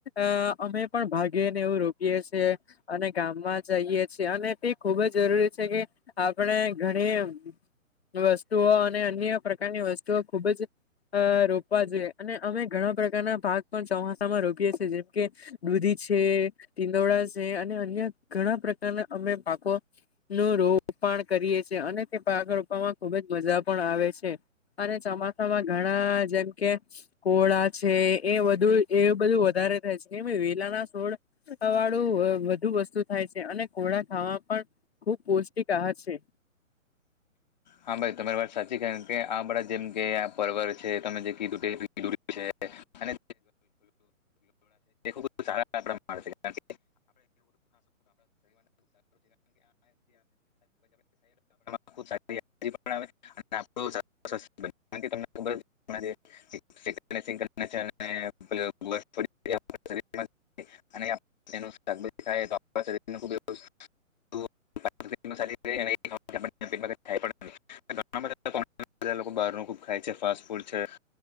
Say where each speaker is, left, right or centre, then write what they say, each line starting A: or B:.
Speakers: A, on the left; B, on the left.
A: અ અમે પણ ભાગીને એવું રોકીએ છેએ અને ગામમાં જઈએ છેએ અને તે ખુબ જ જરૂરી છે કે આપણે ઘણી વસ્તુઓ અને અન્ય પ્રકારની વસ્તુઓ ખુબ જ અ રોપવા જોઈએ અને અમે ઘણા પ્રકારના ભાગ પણ ચોમાસામાં રોપીએ છીએ જેમ કે દૂધી છે તીંદોડા છે અને અન્ય ઘણા પ્રકારના અમે પાકો ન રોપણ કરીએ છીએ અને તે પાક રોપવામાં ખુબ જ મજા પણ આવે છે અને ચોમાસામાં ઘણા જેમ કે કોળા છે એ બુ એ બધું વધારે થાય છે <unintelligible> વેલા ના સોળ વાળું વધુ વસ્તુ થાય છે અને ઘોડા ખાવા પણ ખુબ પૌષ્ટીક આહાર છે
B: હા ભાઈ તમારી વાત સાચી કારણ કે આ બધા જેમ કે આ પર્વર છે તમે જે કીધું <unintelligible> વિષે <unintelligible> અને ખ સારા કારણ આપ <unintelligible> <unintelligible> <unintelligible> કારણ કે તમને ખબર <unintelligible> <unintelligible> અને આપડે તેનું શાકાભાજી ખાઈએતો આપણા શરીર ખૂબ વસ્તુઓ <unintelligible> <unintelligible> ઘણા બધા લોકો બહારનું ખૂબ ખાય છે ફાસ્ટ ફૂડ છે